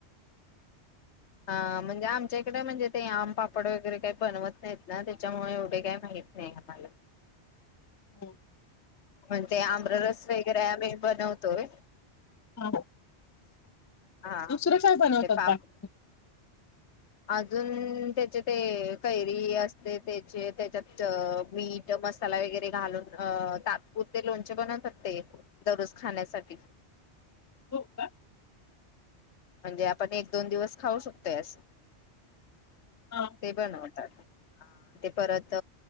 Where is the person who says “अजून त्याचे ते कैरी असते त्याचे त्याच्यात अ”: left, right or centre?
Left